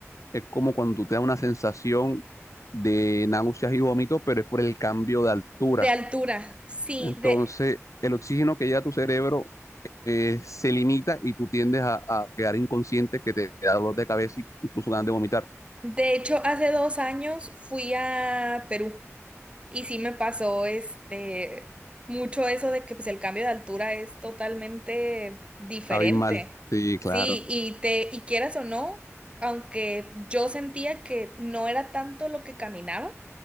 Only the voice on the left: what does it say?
es como cuando tú te da una sensación de náuseas y vómitos, pero es por el cambio de altura.
Entonces,
el oxígeno que llega a tu cerebro eh, se limita y tú tiendes a, a quedar inconsciente, que te da dolor de cabeza y incluso ganas de vomitar.
Abismal. Sí, claro.